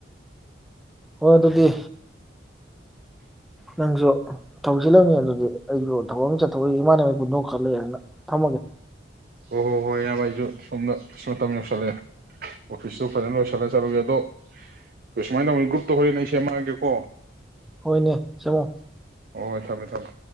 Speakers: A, in the centre; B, on the right (about 50°).
A: ꯍꯣꯏ ꯑꯗꯨꯗꯤ ꯅꯪꯁꯨ ꯊꯥꯕꯛ ꯆꯤꯜꯂꯝꯉꯤ ꯑꯗꯨꯗꯤ ꯑꯩꯁꯨ ꯊꯕꯛ ꯑꯃ ꯆꯠꯊꯣꯛꯏ ꯏꯃꯥꯟꯅꯕ ꯄꯨꯟꯗꯧ ꯈ ꯂꯩꯌꯦꯅ ꯊꯝꯃꯒꯦ
B: ꯍꯣꯏ ꯍꯣꯏ ꯍꯣꯏ ꯏꯕ ꯑꯩꯁꯨ ꯁꯣꯝꯗ ꯃꯇꯝ ꯌꯧꯁꯤꯜꯂꯛꯑꯦ ꯑꯣꯐꯤꯁꯇꯨ ꯐꯖꯅ ꯂꯣꯏꯁꯤꯜꯂꯒ ꯆꯠꯂꯨꯒꯦ ꯑꯗꯣ ꯀꯩꯁꯨꯃꯥꯏꯅ ꯇꯧꯅꯤ ꯒ꯭ꯔꯨꯞꯇꯧ ꯍꯣꯔꯦ ꯅ ꯑꯩ ꯁꯦꯝꯃꯛꯑꯒꯦꯀꯣ
A: ꯍꯣꯏꯅꯦ ꯁꯦꯝꯃꯣ
B: ꯍ ꯍꯣꯏ ꯊꯝꯃꯦ ꯊꯝꯃꯦ